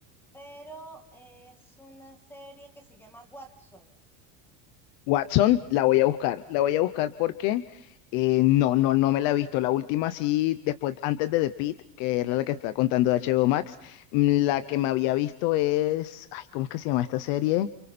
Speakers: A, in the centre; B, on the left.
A: pero es una serie que se llama Watson,
B: Watson, la voy a buscar, la voy a buscar porque eh, no, no, no me la he visto. La última sí, después, antes de The Pitt, que era la que estaba contando de HBO Max, mm, la que me había visto es, ay, ¿cómo es que se llama esta serie?